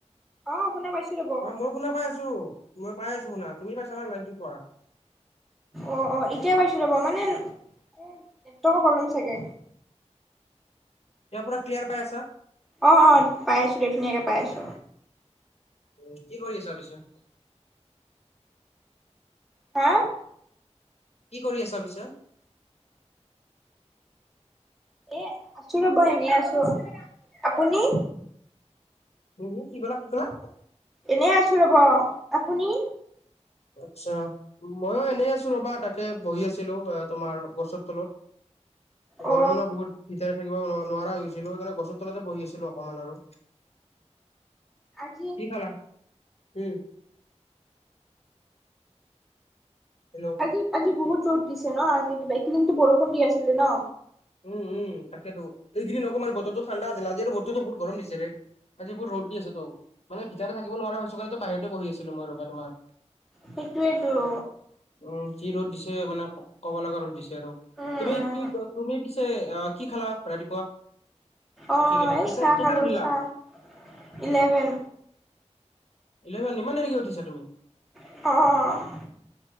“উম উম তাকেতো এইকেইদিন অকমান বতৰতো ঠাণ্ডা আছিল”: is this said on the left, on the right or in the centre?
Left